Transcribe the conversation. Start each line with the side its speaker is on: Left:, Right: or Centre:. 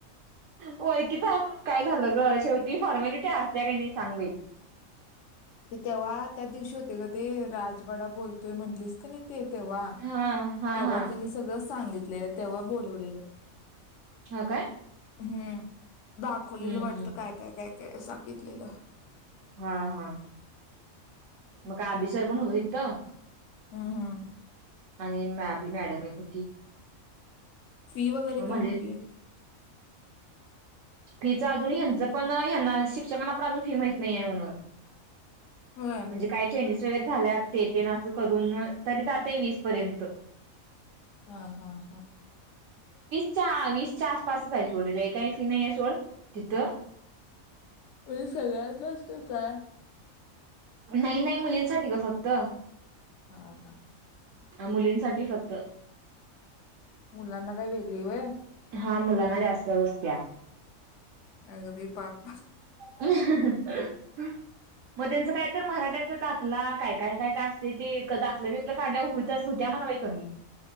Right: होऐ कच आहे म्ह काय झालं ग शेवटी फॉर्मॅलिटी असत्या काही नाही सांग बाई.
Left: ते तेव्हा त्या दिवशी होते ग ते राजवाडा बोलतोय म्हणलीस कणी ते तेव्हा
Right: हा हा
Left: तेव्हा
Right: हा
Left: तेनी सगळं सांगितलेलं तेव्हा बोलवलेलं.
Right: हा काय?
Left: हम्म. दाखवलेलं
Right: हम्म
Left: वाटतं
Right: हम्म
Left: काय काय काय? सांगितलेलं.
Right: हा हा. मग काय अभी सर पण होत तिथं?
Left: हम्म हम्म.
Right: आणि मॅम आपली मॅडम एक होती.
Left: फी वगैरे
Right: मग म्हणले
Left: काय म्हटले.
Right: फीच अजून ह्यांचं पण ह्याना शिक्षकांना पण अजून फी माहित नाहीय म्हणून
Left: होय
Right: म्हणजे काय चेंजेस वगैरे झाल्यात ते तेन असं करून तरी जातय वीस पर्यंत.
Left: हा हा हा.
Right: च्या वीसच्या आसपासच आहे सोडल लई काय ती नाही आहे सोड तिथं.
Left: म्हणजे सगळंच असतय काय?
Right: नाही नाही मुलींसाठी ग फक्त.
Left: हा हा.
Right: ह मुलींसाठी फक्त.
Left: मुलांना काय वेगळी व्हय?
Right: हा मुलांना जास्त बसत्या.
Left: अग बाई पाप.
Right: ह. मग त्यांचं काय तर मराठ्यांचा दाखला काय काय काय काय असते ते दाखलं बिकलं काढल्या होतच होत्या म्हण कमी